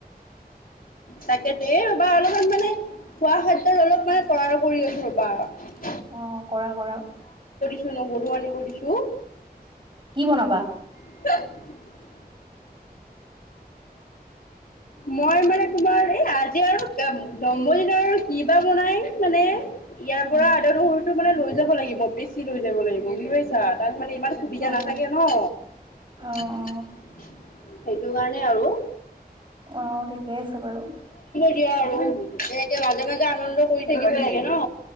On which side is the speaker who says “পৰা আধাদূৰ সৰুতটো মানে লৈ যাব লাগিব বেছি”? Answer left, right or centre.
Left